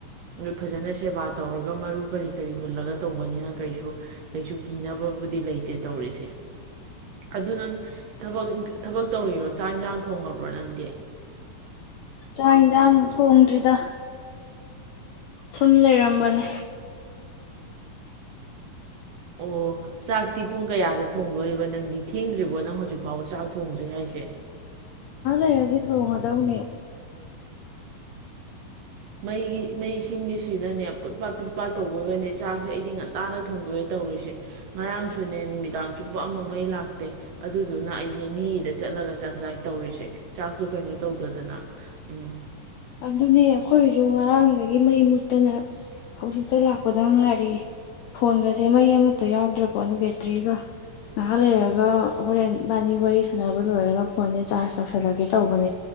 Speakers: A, on the right; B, on the left.
A: ꯅꯣꯏ ꯐꯖꯅ ꯁꯦꯕꯥ ꯇꯧꯔꯒ ꯃꯔꯨ ꯀꯔꯤ ꯀꯔꯤ ꯍꯨꯜꯂꯒ ꯇꯧꯕꯅꯤꯅ ꯀꯩꯁꯨ ꯀꯩꯁꯨ ꯀꯤꯅꯕꯕꯨꯗꯤ ꯂꯩꯇꯦ ꯇꯧꯔꯤꯁꯦ ꯑꯗꯨ ꯅꯪ ꯊꯕꯛ ꯏ ꯊꯕꯛ ꯇꯧꯔꯤꯔꯣ ꯆꯥꯛ ꯏꯟꯁꯥꯡ ꯊꯣꯡꯉꯕ꯭ꯔꯣ ꯅꯪꯗꯤ
B: ꯆꯥꯛ ꯏꯖꯥꯟ ꯊꯣꯡꯗ꯭ꯔꯤꯗ ꯁꯨꯝ ꯂꯩꯔꯝꯕꯅꯦ
A: ꯑꯣ ꯆꯥꯛꯇꯤ ꯄꯨꯡ ꯀꯌꯥꯗ ꯊꯣꯡꯗꯣꯔꯤꯕ ꯅꯪꯗꯤ ꯊꯦꯡꯗ꯭ꯔꯤꯕꯣ ꯅꯪ ꯍꯧꯖꯤꯛ ꯐꯥꯎꯕ ꯆꯥꯛ ꯊꯣꯡꯗ꯭ꯔꯤ ꯍꯥꯏꯁꯦ
B: ꯍꯥꯏꯔꯗꯤ ꯊꯣꯡꯒꯗꯧꯅꯦ
A: ꯃꯩꯒꯤ ꯃꯩꯁꯤꯡꯒꯤꯁꯤꯅꯅꯦ ꯄꯨꯠ ꯄꯥꯠ ꯄꯨꯨꯠ ꯄꯥꯠ ꯇꯧꯕꯒꯅꯦ ꯆꯥꯛꯁꯦ ꯑꯩꯗꯤ ꯉꯟꯇꯥꯅ ꯊꯣꯡꯗꯣꯛꯑꯦ ꯇꯧꯔꯤꯁꯦ ꯉꯔꯥꯡꯁꯨꯅꯦ ꯅꯨꯃꯤꯗꯥꯡ ꯆꯨꯞꯄ ꯑꯃ ꯃꯩ ꯂꯥꯛꯇꯦ ꯑꯗꯨꯗꯨꯅ ꯑꯩꯅꯦ ꯃꯤꯒꯤꯗ ꯆꯠꯂꯒ ꯆꯥꯛ ꯆꯥꯛ ꯇꯧꯔꯤꯁꯦ ꯆꯥꯛꯇ ꯀꯩꯅꯣ ꯇꯧꯗꯗꯅ ꯎꯝ
B: ꯑꯗꯨꯅꯦ ꯑꯩꯈꯣꯏꯁꯨ ꯉꯔꯥꯡꯗꯒꯤ ꯃꯩ ꯃꯨꯠꯇꯅ ꯍꯧꯖꯤꯛꯇ ꯂꯥꯛꯄꯗ ꯉꯥꯏꯔꯤꯌꯦ ꯐꯣꯟꯒꯁꯦ ꯃꯩ ꯑꯃꯠꯇ ꯌꯥꯎꯗ꯭ꯔ ꯄꯣꯠꯅꯤ ꯕꯦꯇ꯭ꯔꯤꯒ ꯉꯥꯏꯍꯥꯛ ꯂꯩꯔꯒ ꯍꯣꯔꯦꯟꯕꯥꯅꯤ ꯋꯥꯔꯤ ꯁꯥꯟꯅꯕ ꯂꯣꯏꯔꯒ ꯐꯣꯟꯁꯦ ꯆꯥꯔꯖ ꯇꯧꯁꯜꯂꯒꯦ ꯇꯧꯕꯅꯦ